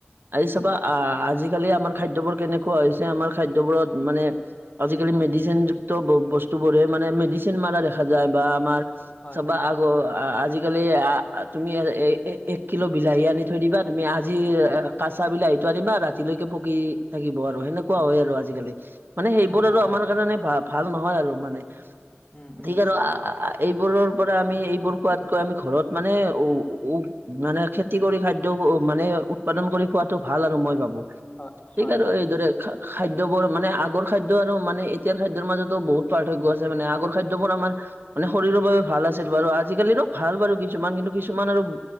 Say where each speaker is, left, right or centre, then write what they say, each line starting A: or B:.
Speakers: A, on the right (about 60°); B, on the left (about 30°).
A: আজি চাবা আহ আজিকালি আমাৰ খাদ্যবোৰ কেনেকুৱা হৈছে আমাৰ খাদ্যবোৰত মানে আজিকালি মেডিচিনযুক্ত
B: উম
A: বস্তু বোৰে মানে মেডিচিন মাৰা দেখা যায় বা আমাৰ
B: হয়
A: চবা
B: হয়
A: আগৰ আজি আজিকালি তুমি এক কিলো বিলাহী আনি থৈ দিবা তুমি আজি কাচা বিলাহীটো আনিবা ৰাতিলৈকে পকি থাকিব আৰু সেনেকুৱা
B: উম
A: হয় আৰু আজিকালি মানে সেইবোৰ
B: উম হয়
A: আৰু আমাৰ
B: হয়
A: কাৰণে ভা ভাল নহয় আৰু মানে।
B: উম উম
A: ঠিক আৰু আহ এইবোৰৰ পৰা আমি এইবোৰ খোৱাতকৈ আমি ঘৰত মানে উ উ মানে খেতি কৰি খাদ্য মানে উৎপাদন কৰি খোৱাটো ভাল আৰু মই ভাবোঁ।
B: হয় হয়
A: ঠিক আৰু
B: হয়
A: এইদৰে খা খাদ্যবোৰ মানে আগৰ খাদ্য আৰু মানে এতিয়াৰ খাদ্যৰ মাজতো বহুত টো পাৰ্থক্য আছে মানে আগৰ খাদ্যবোৰ আমাৰ মানে শৰীৰৰ বাবে ভাল আছিল বাৰু আজিকালিৰো ভাল বাৰু কিছুমান কিন্তু কিছুমান আৰু